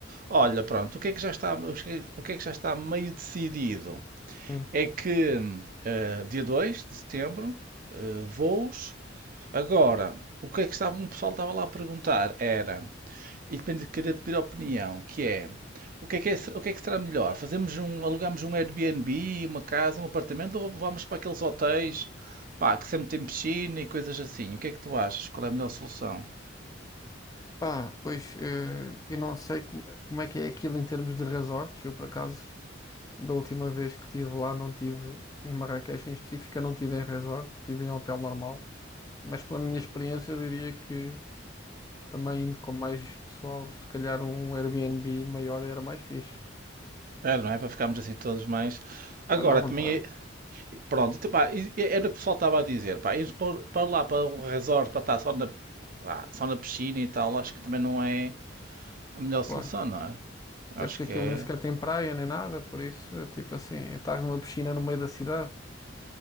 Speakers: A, on the right; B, on the left.
A: Olha, pronto, o que é que já está, o que é que já está meio decidido?
B: Hum.
A: é que eh, dia 2, de setembro, eh, voos. Agora, o que é que estava, o pessoal estava lá a perguntar era, e depende de querer pedir opinião, que é, o que é que, é- o que é que será melhor? Fazemos um, alugamos um Airbnb, uma casa, um apartamento ou vamos para aqueles hotéis, pá, que sempre tem piscina e coisas assim? O que é que tu achas? Qual é a melhor solução?
B: Pá, pois eh, eu não sei como, como é que é aquilo em termos de resorts, eu por acaso. Da última vez que estive lá, não tive em Marrakech em específico, eu não estive em resort, estive em hotel normal. Mas pela minha experiência, eu diria que também indo com mais pessoal, se calhar um Airbnb maior era mais fixe.
A: Era, não é? Para ficarmos assim todos mais... Agora,
B: Mais à vontade,
A: também é, Pronto, então, pá, e- e era o que o pessoal estava a dizer, pá, ir para para lá, para um resort, para estar só na, lá, só na piscina e tal, acho que também não é a melhor
B: claro.
A: solução, não é?
B: Até
A: Acho
B: porque
A: que
B: aquilo
A: é.
B: nem sequer tem praia nem nada, por isso, é tipo assim, estás numa piscina no meio da cidade.